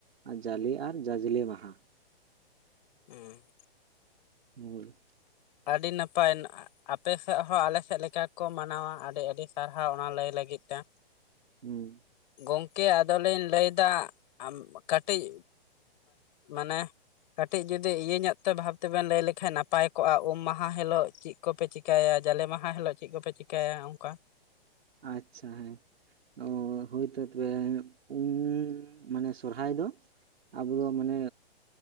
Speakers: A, on the right; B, on the left.
A: ᱟᱨ ᱡᱟᱞᱮ, ᱟᱨ ᱡᱟᱡᱽᱞᱮ ᱢᱟᱦᱟ।
B: ᱦᱩᱸ
A: <unintelligible>
B: ᱟᱹᱰᱤ ᱱᱟᱯᱟᱭ ᱟᱯᱮ ᱥᱮᱫ ᱦᱚᱸ ᱟᱞᱮᱥᱮᱫ ᱞᱮᱠᱟ ᱠᱚ ᱢᱟᱱᱟᱣᱟ ᱟᱹᱰᱤ ᱟᱹᱰᱤ ᱥᱟᱨᱦᱟᱣ ᱚᱱᱟ ᱞᱟᱹᱭ ᱞᱟᱹᱜᱤᱫ ᱛᱮ᱾
A: ᱦᱩᱸ
B: ᱜᱚᱝᱠᱮ ᱟᱫᱚᱞᱤᱧ ᱞᱟᱹᱭᱫᱟ ᱟᱢ ᱠᱟᱹᱴᱤᱡ ᱢᱟᱱᱮ ᱠᱟᱹᱴᱤᱡ ᱡᱩᱫᱤ ᱤᱭᱟᱹ ᱧᱚᱜ ᱛᱮ ᱵᱷᱟᱵ ᱛᱮᱵᱮᱱ ᱞᱟᱹᱭ ᱞᱮᱠᱷᱟᱡ ᱱᱟᱯᱟᱭ ᱠᱚᱜᱼᱟ ᱩᱢ ᱢᱟᱦᱟ ᱦᱤᱞᱳᱜ ᱪᱮᱫ ᱠᱚᱯᱮ ᱪᱤᱠᱟ. ᱭᱟ ᱡᱟᱞᱮ ᱢᱟᱦᱟ ᱦᱤᱞᱳᱜ ᱪᱮᱫ ᱠᱚᱯᱮ ᱪᱤᱠᱟᱹᱭᱟ ᱚᱱᱠᱟ᱾
A: ᱟᱪᱪᱷᱟ ᱦᱮᱸ᱾ ᱚ ᱦᱳᱭᱛᱚ ᱛᱚᱵᱮ ᱩᱢ ᱢᱟᱱᱮ ᱥᱚᱨᱦᱟᱭ ᱫᱚ ᱟᱵᱚ ᱫᱚ ᱢᱟᱱᱮ